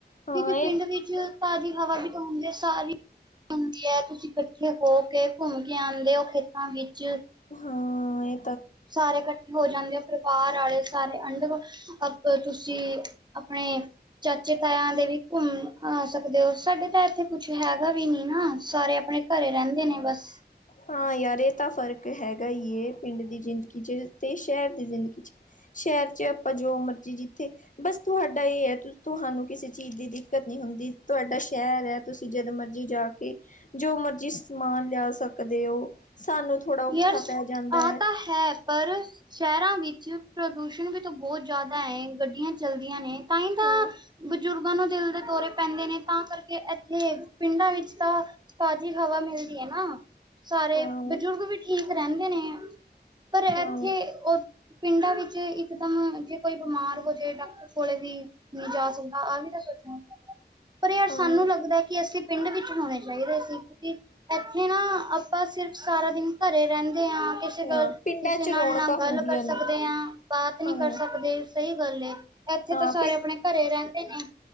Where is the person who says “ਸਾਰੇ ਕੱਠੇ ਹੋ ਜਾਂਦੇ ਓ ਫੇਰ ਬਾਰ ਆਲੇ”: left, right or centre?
Right